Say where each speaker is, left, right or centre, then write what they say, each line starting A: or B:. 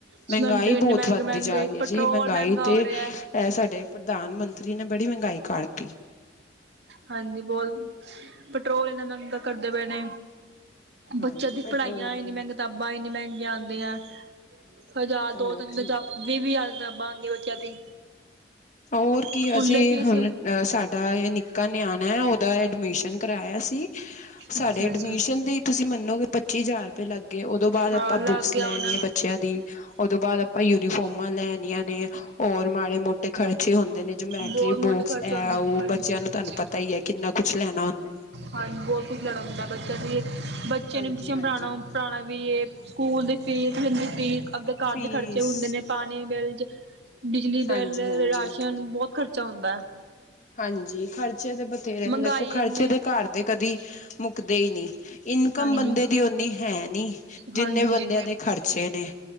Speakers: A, on the right; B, on the left.
A: ਸਿਲੰਡਰ
B: ਮਹਿੰਗਾਈ
A: ਇੰਨੇ
B: ਬਹੁਤ
A: ਮਹਿੰਗੇ
B: ਵੱਧਦੀ
A: ਮਹਿੰਗੇ
B: ਜਾ ਰਹੀ ਹੈ
A: ਪੈਟਰੋਲ।
B: ਜੀ ਮਹਿੰਗਾਈ
A: ਮਹਿੰਗਾ
B: ਤੇ
A: ਹੋ ਰਿਹਾ
B: ਐ ਸਾਡੇ ਪ੍ਰਧਾਨ ਮੰਤਰੀ ਨੇ ਬੜੀ ਮਹਿੰਗਾਈ ਕਰਤੀ।
A: ਹਾਂਜੀ ਬਹੁਤ ਪੈਟਰੋਲ ਇੰਨਾ ਮਹਿੰਗਾ ਕਰਦੇ ਪਏ ਨੇ?
B: ਹਾਂਜੀ
A: ਬੱਚਿਆਂ ਦੀ
B: ਪੈਟਰੋਲ
A: ਪੜ੍ਹਾਈਆਂ
B: ਦੀ
A: ਇੰਨੀ ਕਿਤਾਬਾਂ ਇੰਨੀਆਂ ਮਹਿੰਗੀਆਂ ਆਉਂਦੀਆਂ ਹੈ। ਹਜ਼ਾਰ
B: ਹੋਰ
A: ਦੋ ਤਿੰਨ
B: ਜੀ
A: ਵੀਹ ਵੀਹ ਦੀ ਕਿਤਾਬਾਂ ਆਉਂਦੀ ਬੱਚਿਆਂ ਦੀ।
B: ਹੋਰ ਕੀ
A: ਸਕੂਲੇ
B: ਅਸੀਂ
A: ਫੀਸ
B: ਹੁਣ ਸਾਡੇ? ਇਹ ਨਿੱਕਾ ਨਿਆਣਾ ਉਹਦਾ ਐਡਮਿਸ਼ਨ ਕਰਾਇਆ ਸੀ ਸਾਡੇ
A: ਅੱਛਾ
B: ਐਡਮਿਸ਼ਨ
A: ਜੀ।
B: ਦੀ ਤੁਸੀ ਮੰਨੋਗੇ ਪੱਚੀ ਹਜ਼ਾਰ ਰੁਪਏ ਲੱਗਗੇ ਉਦੋਂ ਬਾਅਦ
A: ਹਾਂ
B: ਆਪਾਂ
A: ਲੱਗ
B: ਬੁੱਕਸ
A: ਗਿਆ
B: ਲੈਣੀ
A: ਹੁਣ
B: ਹੈ ਬੱਚਿਆਂ ਦੀ ਉਦੋਂ ਬਾਅਦ ਆਪਾਂ। ਯੂਨੀਫੋਮਾਂ ਲੈਣੀਆਂ ਨੇ ਹੋਰ ਮਾੜੇ ਮੋਟੇ ਖਰਚੇ ਹੁੰਦੇ। ਨੇ ਜਮੈਟਰੀ
A: ਬਹੁਤ ਮੋਟੇ
B: ਬੋਕਸ
A: ਖਰਚ
B: ਹੈ
A: ਹਾਂਜੀ
B: ਉਹ ਬੱਚਿਆਂ ਨੂੰ ਤੁਹਾਨੂੰ ਪਤਾ ਹੀ ਹੈ ਕਿੰਨਾ ਕੁਛ ਲੈਣਾ ਹੁੰਦਾ
A: ਹਾਂਜੀ ਹੋਰ ਕੁਝ ਲੈਣਾ ਹੁੰਦਾ ਹੈ। ਬੱਚਾ ਦੀ ਬੱਚਿਆਂ
B: ਹਾਂਜੀ
A: ਨੂੰ ਟਿਊਸ਼ਨ
B: ਹਾਂਜੀ
A: ਪੜ੍ਹਾਉਣਾ ਪੜ੍ਹਾਣਾ ਵੀ ਇਹ ਸਕੂਲ ਦੀ ਫੀਸ ਟਿਊਸ਼ਨ ਦੀ ਫੀਸ। ਆਪਦੇ ਘਰ
B: ਫੀਸ
A: ਦੇ ਖਰਚੇ ਹੁੰਦੇ ਨੇ ਪਾਣੀ ਬਿੱਲ, ਬਿਜਲੀ
B: ਹਾਂਜੀ
A: ਬਿੱਲ,
B: ਹਾਂਜੀ
A: ਰਾਸ਼ਨ ਬਹੁਤ। ਖਰਚਾ ਹੁੰਦਾ ਹੈ।
B: ਹਾਂਜੀ ਖਰਚੇ ਤੇ, ਇਹ
A: ਮਹਿੰਗਾਈ
B: ਦੇਖੋ 'ਖਰਚੇ
A: ਇੰਨੀ
B: ਤੇ ਘਰ ਦੇ ਕਦੀ ਮੁੱਕਦੇ ਨਹੀਂ। ਨਹੀਂ ਇਨਕਮ
A: ਹਾਂਜੀ
B: ਬੰਦੇ ਦੀ ਓਨੀ ਹੈਨੀ, ਜਿੰਨੇ
A: ਹਾਂਜੀ
B: ਬੰਦਿਆਂ ਦੇ ਖ਼ਰਚੇ ਨੇ।